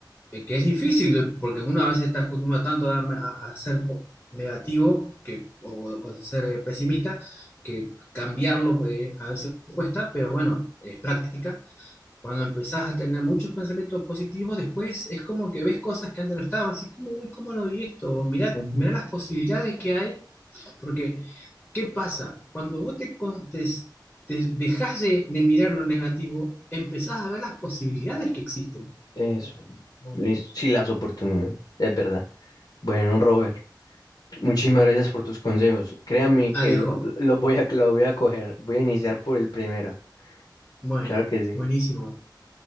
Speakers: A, on the left; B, on the left.
A: eh, que es difícil, eh, porque uno a veces está acostumbrado tanto a, a- a ser po- negativo que, o, o ser eh, pesimista, que cambiarlo eh, a veces cuesta, pero bueno, es práctica. Cuando empezás a tener muchos pensamientos positivos, después es como que ves cosas que antes no estaban, así como, uy, ¿cómo lo vi esto? Mirá,
B: ujú.
A: mirá las posibilidades que hay porque, ¿qué pasa? Cuando vos te, con- te- te dejás de, de mirar lo negativo, empezás a ver las posibilidades que existen.
B: Eso. Listo. Sí, las oportunidades. Es verdad. Bueno, Robert, muchísimas gracias por tus consejos. Créame que
A: Alejo,
B: lo, lo voy a, lo voy a coger. Voy a iniciar por el primero.
A: bueno,
B: Claro que sí.
A: buenísimo.